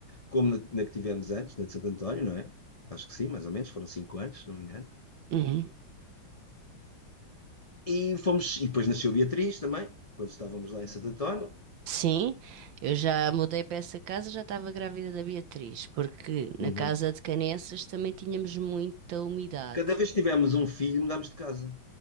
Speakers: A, on the left (about 60°); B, on the right (about 70°).
A: como na, na que tivemos antes, na de Santo António, não é? Acho que sim, mais ou menos, foram cinco anos, se não me engano.
B: Uhum.
A: E fomos, e depois nasceu Beatriz também, quando estávamos lá em Santo António.
B: Sim, eu já mudei para essa casa, já estava grávida da Beatriz, porque na
A: Uhum.
B: casa de Canessas também tínhamos muita umidade.
A: Cada vez que tivemos um filho, mudámos de casa.